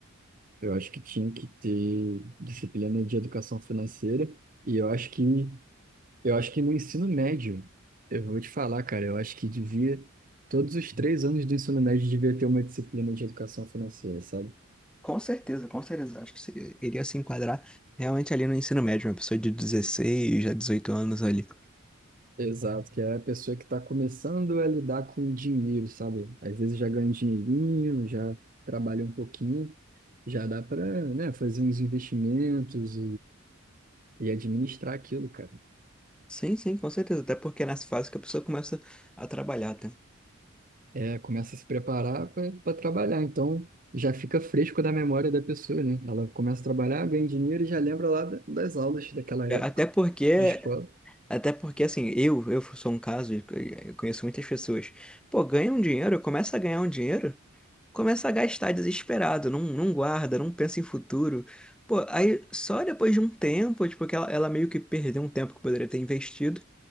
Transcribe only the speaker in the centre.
Com certeza, com certeza. Acho que se- iria se enquadrar realmente ali no ensino médio, uma pessoa de 16 a 18 anos ali.
Sim, sim, com certeza. Até porque é nessa fase que a pessoa começa a trabalhar, tá?
É, Até porque
Até porque, assim, eu, eu sou um caso, e eu conheço muitas pessoas. Pô, ganha um dinheiro, começa a ganhar um dinheiro, começa a gastar desesperado, não, não guarda, não pensa em futuro. Pô, aí só depois de um tempo, tipo, que ela, ela meio que perdeu um tempo que poderia ter investido.